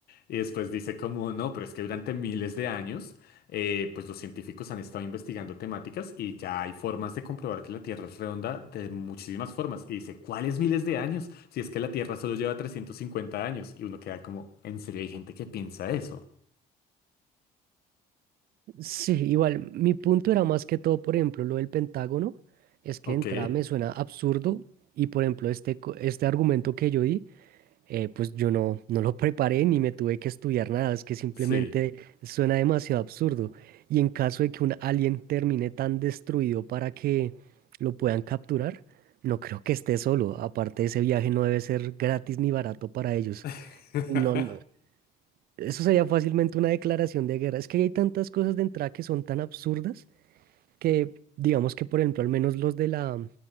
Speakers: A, on the left; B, on the right.
A: Y después dice como, no, pero es que durante miles de años, eh, pues los científicos han estado investigando temáticas y ya hay formas de comprobar que la Tierra es redonda de muchísimas formas. Y dice, ¿cuáles miles de años? Si es que la Tierra solo lleva 350 años. Y uno queda como, ¿en serio hay gente que piensa eso?
B: Sí, igual, mi punto era más que todo, por ejemplo, lo del Pentágono, es que
A: Ok,
B: de entrada me suena absurdo y, por ejemplo, este, co- este argumento que yo di eh, pues yo no, no lo preparé ni me tuve que estudiar nada, es que simplemente
A: sí.
B: suena demasiado absurdo. Y en caso de que un alien termine tan destruido para que lo puedan capturar, no creo que esté solo. Aparte, ese viaje no debe ser gratis ni barato para ellos.
A: <laughs>
B: No, no, eso sería fácilmente una declaración de guerra. Es que hay tantas cosas de entrada que son tan absurdas que, digamos que, por ejemplo, al menos los de la,